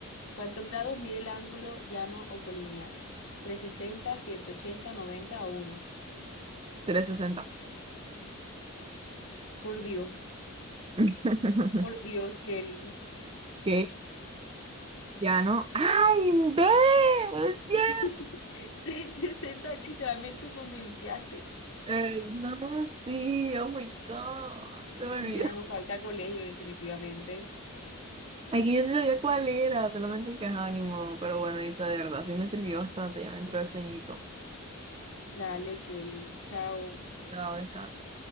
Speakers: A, on the left; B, on the right.
A: ¿Cuántos grados mide el ángulo llano o colineal? ¿trescientos sesenta, ciento ochenta, noventa o uno.
B: trescientos sesenta
A: Por Dios,
B: <laughs>
A: por Dios, Kelly.
B: Que ya no. ¡Ay, ve ¡Es cierto!
A: <laughs> 180. sesenta es literalmente donde iniciaste.
B: Eh, no, sí, oh my God, se me olvidó.
A: Mira, nos falta colegio, definitivamente.
B: Ay, que yo sí sabía cuál era, solamente que es ánimo, pero bueno, Isa, de verdad, sí me sirvió bastante, ya me entró el sueñito.
A: Dale, Kelly. Chao.
B: Te descansa